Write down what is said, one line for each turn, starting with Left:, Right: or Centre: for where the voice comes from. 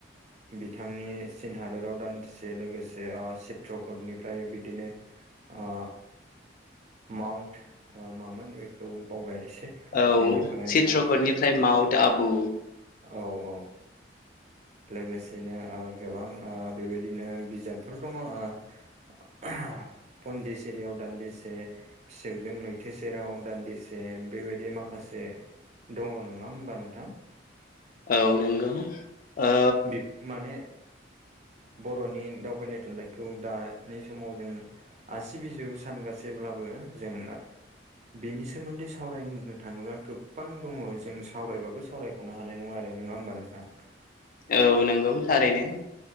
Right: बिथांनि चीन हादोराव दान्थिसे लोगोसे ओ ची चित्रपदनिफ्राय बिदिनो ओ माउन्ट ओ मामोन बेखौ बावबाय एसे
Left: औ
Right: बेनिफ्राय
Left: चित्रपटनिफ्राय
Right: ओ
Left: माउन्ट आबु
Right: औ औ। लोगोसेनो ओ गोबां ओ बेबायदिनो बिजाबफोर दङ' ओ <inaudible> पन्दिसिरियाव दान्दिसे फिसौजों लैथो सेराव दान्दिसे बेबायदि माखासे दङ' नोङा होमबा नोंथां।
Left: औ नंगौ औ।
Right: बि माने बर'नि दावबायनाय थुनलाइखौ दानि समाव जों आसि बिजौ सानगासैब्लाबो जों बेनि सोमोन्दै सावरायनो थाङोब्ला गोबां दङ जों सावरायबाबो सावराय खनो हानाय नङा आरो नङा होमबा नोंथां
Left: औ नंगौ थारैनो